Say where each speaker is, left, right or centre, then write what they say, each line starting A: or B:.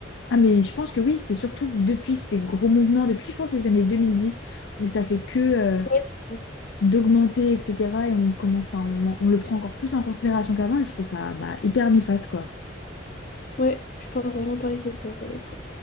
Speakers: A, on the left; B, on the left.
A: Ah mais je pense que oui, c'est surtout depuis ces gros mouvements, depuis je pense les années 2010 où ça fait que euh,
B: Ouais, c'est ça.
A: d'augmenter etc. et on commence, enfin on, en- on le prend encore plus en considération qu'avant et je trouve ça bah, hyper néfaste quoi.
B: Ouais, je pense vraiment pareil que toi pour le coup.